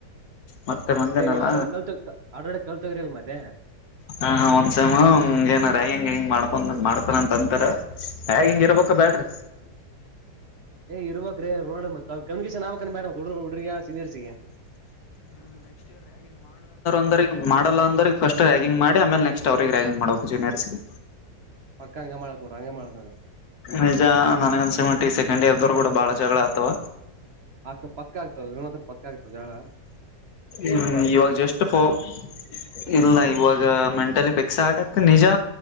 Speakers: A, on the left; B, on the right.
A: ಮತ್ತೆ ಮಂದೇನಲ್ಲ
B: ನೀವ್ ಆಡ್ರ ಕಲ್ತು ಆಡೋಡೆ ಕಲ್ತೋಗ್ರಿ ಅಲ್ ಮತ್ತೆ
A: ಹ ಹ ಒಂದ್ಸಮ ಹಂಗ ಏನಾರಂಗ ಮಾಡ್ಕೊಂಡ ಮಾಡ್ತಾನಂತಂತರ ಹೇಗ ಹಿಂಗ್ ಇರ್ಬೇಕ ಬ್ಯಾಡ್ರಿ
B: ಏ್ ಇರಬೇಕರಿ ಕಮ್ಯುನಿಕೇಶನ್ ಆಕೇಡಡ್ರಿಗೆ ಸೀನಿಯರ್ಸ್ಗಿ
A: ಂದ್ರ ಮಾಡಲ್ಲ ಅಂದ್ರ ಫಸ್ಟ್ ರ್ಯಾಗಿಂಗ್ ಮಾಡಿ ಆಮೇಲೆ ನೆಕ್ಸ್ಟ್ ಅವ್ರರಿಗೆ ರ್ಯಾಗಿಂಗ್ ಮಾಡಕ್ ಜೂನಿಯರ್ ಗಿ
B: ಪಕ್ಕ ಹಂಗ ಮಾಡಕೋಡ ಹಂಗ ಮಾಡಕೋ್ರ
A: ನಿಜ ನನಗಂದಸಮಟ್ಟಿಗೆ ಸೆಕೆಂಡ್ ಇರ್ದರು ಕೂಡ ಬಹಳ ಜಗಳ ಆಗ್ತವ
B: ಆಕ್ಕ ಪಕ್ಕ ಆಗ್ತವ ಏನ ಹತ್ರ ಪಕ್ಕ ಆಗ್ತದ ಜಳ
A: ಹ್ಮ ಇವಾಗ ಜಸ್ಟ್ ೋ <inaudible> ಇಲ್ಲ ಇವಾಗ ಮೆಂಟಲಿ ಫಿಕ್ಸ್ ಆಗತ್ತ ನಿಜ